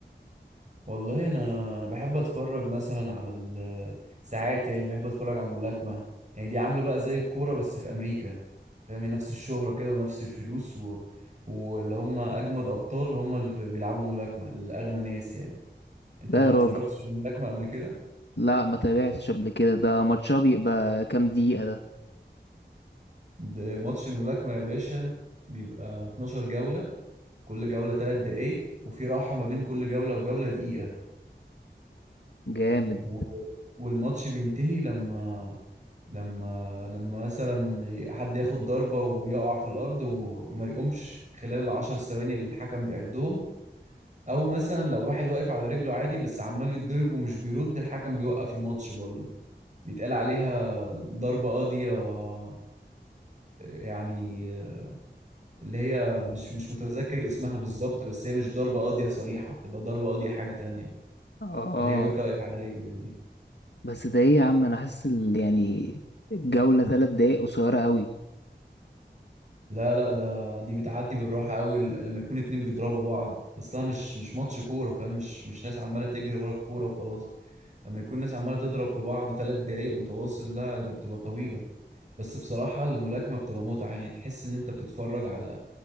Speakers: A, on the right; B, on the left.
A: والله انا انا بحب اتفرج مثلا على ال- ساعات يعني بحب اتفرج على الملاكمه يعني دي عامله بقى زي الكوره بس في امريكا فاهم نفس الشهره كده ونفس الفلوس و... واللي هم اجمد ابطال هم اللي في- بيلعبوا ملاكمه الاغنى ناس يعني انت
B: لا
A: ما
B: يا راجل
A: اتفرجتش على الملاكمه قبل كده
B: لا ما تابعتش قبل كده ده ماتشها بيبقى كام دقيقة ده
A: ده ماتش الملاكمه يا باشا بيبقى 12 جوله كل جوله 3 دقايق وفي راحه ما بين كل جوله وجوله دقيقه
B: جامد
A: و... والماتش بينتهي لما لما لما مثلا حد ياخد ضربة ويقع في الأرض و... وما يقومش خلال العشر ثواني اللي الحكم بيعدهم أو مثلا لو واحد واقف على رجله عادي بس عمال يتضرب ومش بيرد الحكم بيوقف الماتش برضه بيتقال عليها ضربة قاضية آه، يعني آه، اللي هي مش مش متذكر اسمها بالظبط بس هي مش ضربة قاضية صريحة بتبقى ضربة قاضية حاجة تانية
B: اه
A: اللي هي وانت واقف على رجلك دي
B: بس ده ايه يا عم انا حاسس ال- يعني الجولة تلات دقايق قصيرة قوي
A: لا لا ده دي بتعدي بالراحة قوي ل- لما يكون اتنين بيضربوا بعض اصلها مش مش ماتش كورة فاهم مش مش ناس عمالة تجري ورا الكورة وخلاص لما يكون ناس عمالة تضرب في بعض ثلاث دقايق متواصل لا دي بتبقى طويلة بس بصراحة الملاكمة بتبقى متعة يعني تحس ان انت بتتفرج على